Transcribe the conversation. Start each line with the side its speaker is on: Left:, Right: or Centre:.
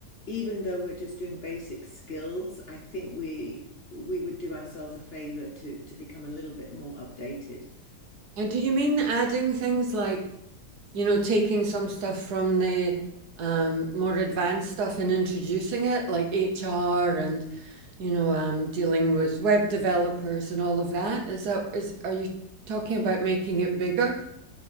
Left: even though we're just doing basic skills, I think we we would do ourselves a favor to to become a little bit more updated.
Right: And do you mean adding things like you know, taking some stuff from the um, more advanced stuff and introducing it, like HR and, you know, um, dealing with web developers and all of that. Is that is are you talking about making it bigger?